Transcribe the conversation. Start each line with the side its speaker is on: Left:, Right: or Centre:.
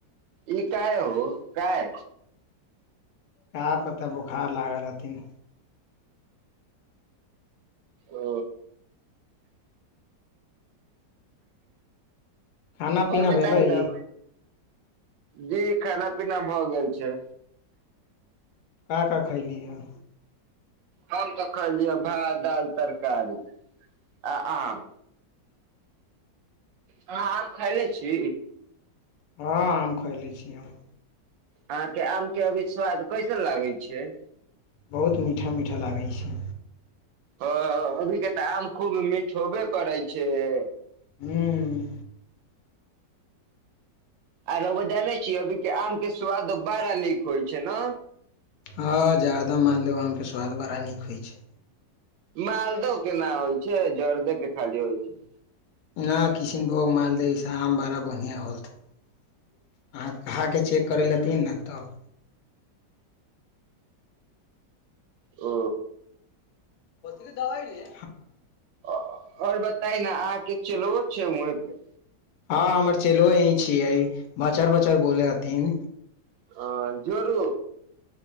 Right: ई काय हो काय
Left: कह प तऽ बोखार लागल रहथिन
Right: ओ
Left: खाना
Right: करबै
Left: पीना भेलै
Right: तहि ने जी खाना पीना भऽ गेल छै
Left: क का खैली ह
Right: हम तऽ खलियै भात दालि तरकारी आ आम अहाँ आम खायले छी
Left: हँ आम खयलै छी हम
Right: अहाँके आम के अभी स्वाद कैसन लागै छै
Left: बहुत मीठा मीठा लागै छै
Right: ह अभी के तऽ आम खूब मिीठ होबे करै छै से
Left: हूँ
Right: आरो वजह नहि छिय अभी आम के स्वाद बड़ा नीक होइ छै ने
Left: हँ जादा मालदेब आमके स्वाद बड़ा नीक होइ छै
Right: मालदह केना होइ छै जर्दे के खाली होइ छै
Left: नहि किशनभोग मालदह ईसभ आम बड़ा बढ़िआँ होत अहाँ कहाँ कऽ चेक करय ल हेथिन ने तब
Right: ओ
Left: ओथ दबाइ र
Right: आओर बताय न अहाँके चुलहो छै वहे पे
Left: हँ हमर चेलो यीं छियै बाचार बाचार बोले हथिन
Right: हँ जरू